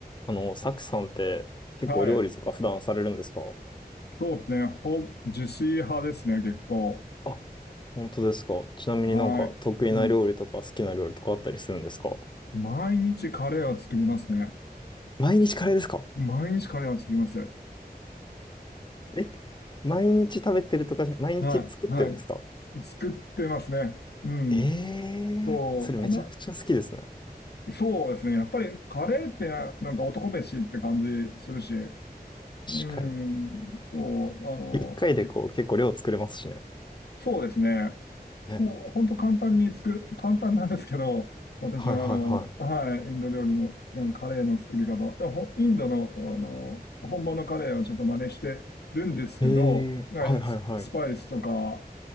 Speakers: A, on the left; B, on the left.
A: あの、サクさんって結構料理とか普段されるんですか
B: はい。そうですね。ほん、自炊派ですね、結構。
A: あ、本当ですか。ちなみになんか得意な料理とか好きな料理とかあったりするんですか
B: はい。うん。毎日カレーは作りますね。
A: 毎日カレーですか
B: 毎日カレーは作ります。
A: え、毎日食べてるとかじゃ、毎日作ってるんですか
B: はい。はい。作ってますね。うん。
A: え
B: そう、
A: えー、それめちゃくちゃ好きですね。
B: この、そうですね。やっぱりカレーってな、なんか男飯って感じするし。うん。
A: 確かに。
B: そう、あの、
A: 一回でこう結構量作れますしね。
B: そうですね。
A: ね。
B: もう本当簡単に作る、簡単なんですけど、私はあの、
A: はいはいは
B: はい、インド料理の、うんカレーの作り方、でほインドの、あの、本場のカレーをちょっと真似してるんですけど、
A: い。ええー、
B: はいススパイスとか
A: はいはいはい。